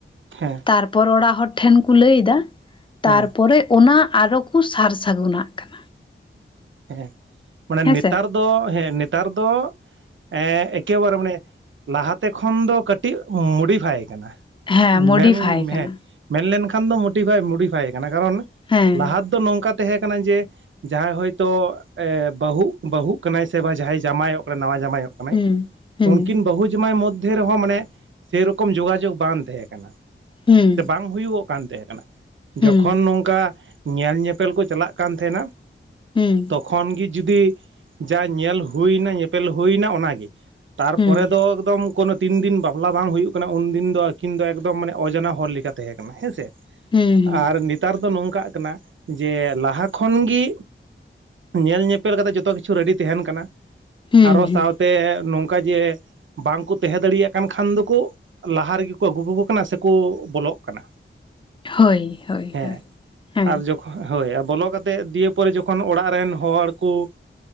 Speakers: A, on the right; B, on the left.
A: ᱦᱮᱸ᱾
B: ᱛᱟᱨ ᱯᱚᱨ ᱚᱲᱟᱜ ᱦᱚᱲ ᱴᱷᱮᱱ ᱠᱚ ᱞᱟᱹᱭ ᱮᱫᱟ,
A: ᱦᱮᱸ
B: ᱛᱟᱨ ᱯᱚᱨᱮ ᱚᱱᱟ ᱟᱨᱚ ᱠᱚ ᱥᱟᱨ ᱥᱟᱹᱜᱩᱱᱟᱜ ᱠᱟᱱᱟ᱾
A: ᱦᱮᱸ ᱢᱟᱱᱮ
B: ᱦᱮᱸᱥᱮ
A: ᱱᱮᱛᱟᱨ ᱫᱚ ᱦᱮᱸ ᱱᱮᱛᱟᱨ ᱫᱚ ᱮᱸ ᱮᱠᱮ ᱵᱟᱨᱮ ᱢᱟᱱᱮ ᱞᱟᱦᱟᱛᱮ ᱠᱷᱚᱱ ᱫᱚ ᱠᱟᱹᱴᱤᱡ ᱢᱚᱰᱤᱯᱷᱟᱭ ᱠᱟᱱᱟ᱾
B: ᱦᱮᱸ ᱢᱚᱰᱤᱯᱷᱟᱭ
A: ᱢᱮᱱ
B: ᱠᱟᱱᱟ
A: ᱦᱮᱸ᱾ ᱢᱮᱱ ᱞᱮᱱ ᱠᱷᱟᱱ ᱫᱚ ᱢᱳᱴᱤᱯᱷᱟᱭ ᱢᱳᱰᱤᱯᱷᱟᱭ ᱠᱟᱱᱟ, ᱠᱟᱨᱚᱱ
B: ᱦᱮᱸ
A: ᱞᱟᱦᱟ ᱛᱮ ᱫᱚ ᱱᱚᱝᱠᱟ ᱛᱟᱦᱮᱸ ᱠᱟᱱᱟ ᱡᱮ ᱡᱟᱦᱟᱸᱭ ᱦᱳᱭ ᱛᱳ ᱵᱟᱹᱦᱩᱜ ᱵᱟᱹᱦᱩᱜ ᱠᱟᱱᱟᱭ ᱥᱮ ᱵᱟ ᱡᱟᱢᱟᱭᱚᱜ, ᱡᱟᱢᱟᱭᱚᱜ ᱠᱟᱱᱟ ᱱᱟᱣᱟ ᱡᱟᱢᱟᱭᱚᱜ ᱠᱟᱱᱟ᱾ ᱠᱟᱱᱟᱭ,
B: ᱦᱩᱸ ᱦᱩᱸ
A: ᱩᱱᱠᱤᱱ ᱵᱟᱹᱦᱩ ᱡᱟᱢᱟᱭ ᱢᱚᱫᱽ ᱢᱚᱫᱽᱫᱷᱮ ᱨᱮᱦᱚᱸ ᱢᱟᱱᱮ ᱥᱮ ᱨᱚᱠᱚᱢ ᱡᱳᱜᱟ ᱡᱳᱜᱽ ᱵᱟᱝ ᱛᱟᱦᱮᱸ ᱠᱟᱱᱟ
B: ᱦᱩᱸ
A: ᱥᱮ ᱵᱟᱝ? ᱦᱩᱭᱩᱜᱚᱜ ᱠᱟᱱ ᱛᱟᱦᱮᱸ ᱠᱟᱱᱟ,
B: ᱦᱩᱸ
A: ᱡᱚᱠᱷᱚᱱ ᱱᱚᱝᱠᱟ ᱧᱮᱞ ᱧᱮᱯᱮᱞ ᱠᱚ ᱪᱟᱞᱟᱜ ᱠᱟᱱ ᱛᱟᱦᱮᱸᱱᱟ᱾
B: ᱦᱩᱸ,
A: ᱠᱷᱚᱱ ᱜᱮ ᱡᱩᱫᱤ ᱡᱟ ᱧᱮᱞ ᱦᱩᱭᱱᱟ ᱧᱮᱯᱮᱞ ᱦᱩᱭᱱᱟ ᱚᱱᱟᱜᱮ᱾ ᱛᱟᱨ
B: ᱦᱩᱸ ᱦᱩᱸ
A: ᱯᱚᱨᱮ ᱫᱚ ᱮᱠᱫᱚᱢ ᱠᱳᱱᱳ ᱛᱤᱱ ᱫᱤᱱ ᱵᱟᱯᱞᱟ ᱵᱟᱝ ᱦᱩᱭᱩᱜ ᱠᱟᱱᱟ ᱩᱱᱫᱤᱱ ᱫᱚ ᱟᱹᱠᱤᱱ ᱫᱚ ᱮᱠᱫᱚᱢ ᱢᱟᱱᱮ ᱚᱡᱚᱱᱟ ᱦᱚᱲ ᱞᱮᱠᱟ ᱛᱟᱦᱮᱸ ᱠᱟᱱᱟ ᱦᱮᱸᱥᱮ᱾
B: ᱦᱩᱸ
A: ᱟᱨ ᱱᱮᱛᱟᱨ ᱫᱚ ᱱᱚᱝᱠᱟᱜ ᱠᱟᱱᱟ ᱡᱮ ᱞᱟᱦᱟ ᱠᱷᱚᱱ ᱜᱮ ᱧᱮᱞ ᱧᱮᱯᱮᱞ ᱠᱟᱛᱮᱜ ᱡᱚᱛᱚ ᱠᱤᱪᱷᱩ ᱨᱮᱰᱤ ᱛᱟᱦᱮᱸᱱ ᱠᱟᱱᱟ
B: ᱦᱩᱸ
A: ᱟᱨᱦᱚ
B: ᱦᱩᱸ
A: ᱥᱟᱸᱶᱛᱮ ᱱᱚᱝᱠᱟ ᱡᱮ, ᱵᱟᱝ ᱠᱩ ᱛᱟᱦᱮᱸ ᱫᱟᱲᱤᱭᱟᱜ ᱠᱟᱱ ᱠᱷᱟᱱ ᱫᱳᱠᱳ, ᱞᱟᱦᱟ ᱨᱮᱜᱮ ᱠᱳ ᱟᱹᱜᱩ ᱠᱟ ᱠᱳ ᱠᱟᱱᱟ ᱥᱮ ᱠᱳ ᱵᱚᱞᱚᱜ ᱠᱟᱱᱟ᱾
B: ᱦᱳᱭ ᱦᱳᱭ
A: ᱦᱮᱸ
B: ᱦᱳᱭ ᱦᱮᱸ᱾
A: ᱟᱨ ᱦᱳᱭ ᱾ ᱵᱚᱞᱚ ᱠᱟᱛᱮᱫ ᱫᱤᱭᱮ ᱯᱚᱨᱮ ᱡᱚᱠᱷᱚᱱ ᱚᱲᱟᱜ ᱨᱮᱱ ᱦᱚᱲ ᱠᱩ,